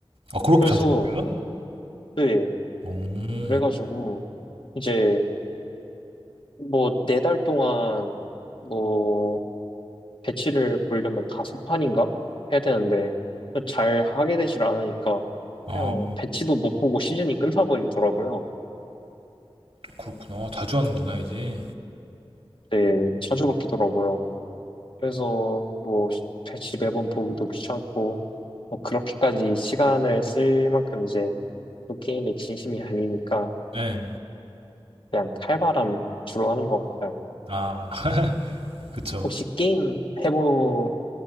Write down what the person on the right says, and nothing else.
아, 그렇게
자주 바뀌어요?
오
아,
그렇구나. 자주 하는구나, 이제.
네.
아, <laughs> 그쵸.